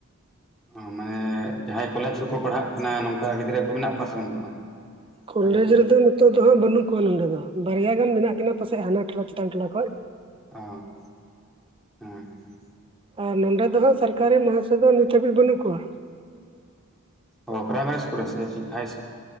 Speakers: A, in the centre; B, on the right.
A: ᱚᱸ ᱢᱟᱱᱮ ᱡᱟᱦᱟᱸᱭ ᱠᱚᱞᱮᱡᱽ ᱨᱮᱠᱚ ᱯᱟᱲᱦᱟᱜ ᱠᱟᱱᱟ᱾ ᱱᱚᱝᱠᱟ ᱜᱤᱫᱽᱨᱟᱹ ᱠᱚ ᱢᱮᱱᱟᱜ ᱠᱚᱣᱟ ᱥᱮ ᱵᱟᱹᱱᱩᱜ ᱠᱚᱣᱟ?
B: ᱠᱚᱞᱮᱡᱽ
A: ᱵᱟᱨᱭᱟ ᱯᱮᱭᱟ
B: ᱨᱮᱫᱚ ᱱᱤᱛᱚᱜ ᱫᱚ ᱦᱟᱸᱜ ᱵᱟᱹᱱᱩᱜ ᱠᱚᱣᱟ᱾ ᱱᱚᱰᱮ ᱫᱚ ᱵᱟᱨᱭᱟ ᱜᱟᱱ ᱢᱮᱱᱟᱜ ᱠᱤᱱᱟ᱾ ᱯᱟᱥᱮᱜ ᱦᱟᱱᱟ ᱴᱚᱞᱟ, ᱪᱮᱛᱟᱱ ᱴᱚᱞᱟ ᱠᱷᱚᱡ!
A: ᱚᱸ᱾ ᱮᱸ, ᱦᱮᱸ᱾
B: ᱟ ᱱᱚᱰᱮ ᱫᱚ ᱦᱟᱸᱜ 'ᱥᱟᱨᱠᱟᱨᱤ ᱢᱟᱦᱟᱥᱩ' ᱫᱚ ᱱᱤᱛ ᱦᱟᱹᱵᱤᱡ ᱵᱟᱹᱱᱩᱜ ᱠᱚᱣᱟ᱾
A: ᱚ ᱯᱨᱟᱭᱢᱟᱨᱤᱥ ᱠᱩᱨᱮᱥᱮ ᱪᱮᱹ ᱦᱟᱭᱥ